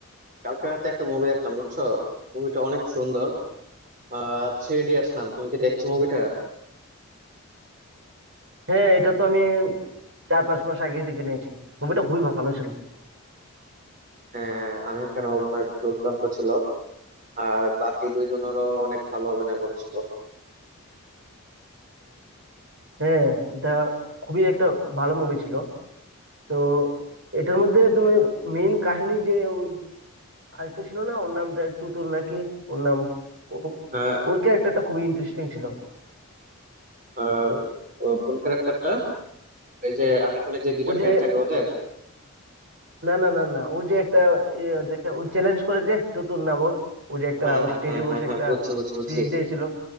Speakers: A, on the right (about 35°); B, on the right (about 55°).
A: কালকে রাতে একটা মুভি দেখলাম বুঝছো মুভিটা অনেক সুন্দর আহ থ্রি ইডিয়টস নাম তুমি কি দেখেছো মুভিটা
B: হ্যাঁ এটা তো আমি চার পাঁচ মাস আগে দেখে নিয়েছি মুভিটা খুবই ভালো ছিল
A: হ্যাঁ আমির খান অভিনয় দুর্দান্ত ছিল আর বাকি দুইজনেরও অনেক ভালো অভিনয় করেছিল
B: হ্যাঁ এটা খুবই একটা ভালো মুভি ছিল তো এটার মধ্যে তুমি মেইন কাহিনী যে ও আরেকটা ছিল না ওর নাম যা- চতুর নাকি ওর নাম ও
A: আহ
B: ওর ক্যারেক্টারটা খুবই ইন্টারেস্টিং ছিল
A: আহ, ও কোন ক্যারেক্টারটা এই যে আমির খানের যে দুইটা
B: ও
A: ফ্রেন্ড
B: যে
A: থাকে ওদের
B: না না না না ও যে একটা এ, দেখে ও চ্যালেঞ্জ করে যে চতুর নাম ওর ও যে একটা
A: হ্যাঁ হ্যাঁ
B: স্টেজে
A: হ্যাঁ
B: বসে
A: হ্যাঁ হ্যাঁ
B: একটা
A: বুঝছি বুঝছি বুঝছি
B: স্পিচ দিয়েছিল